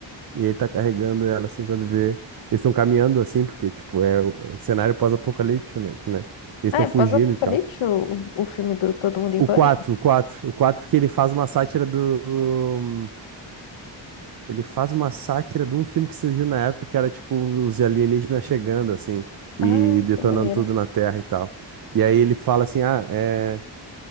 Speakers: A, on the right; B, on the left.
A: E ele tá carregando ela assim quando vê. Eles estão caminhando assim, porque, tipo, é o, é o cenário pós-apocalíptico, né? que, né? Eles
B: Ah,
A: estão
B: é
A: fugindo
B: pós-apocalipse,
A: e tal.
B: o, o filme do Todo Mundo em
A: O
B: Pânico?
A: quatro o quatro o 4 porque ele faz uma sátira do. Ele faz uma sátira de um filme que surgiu na época que era tipo os alienígenas chegando assim e
B: Ah,
A: detonando
B: que maneira.
A: tudo na Terra e tal. E aí ele fala assim: "Ah, é,